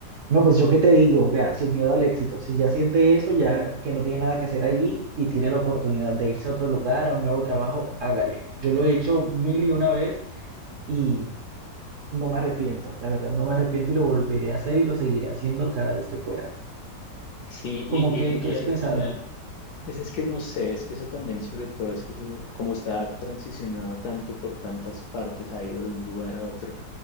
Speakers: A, on the right; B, on the left.
A: No, pues yo qué te digo, vea, sin miedo al éxito. Si ya siente eso, ya que no tiene nada que hacer allí y tiene la oportunidad de irse a otro lugar, a un nuevo trabajo, hágale. Yo lo he hecho mil y una vez y no me arrepiento, la verdad, no me arrepiento y lo volveré a hacer y lo seguiré haciendo cada vez que pueda.
B: Sí,
A: ¿Cómo
B: y,
A: que,
B: y, y
A: qué has
B: al
A: pensado?
B: final Pues es que no sé, es que eso también, sobre todo, es que eso, como usted ha transicionado tanto por tantas partes, ha ido de un lugar a otro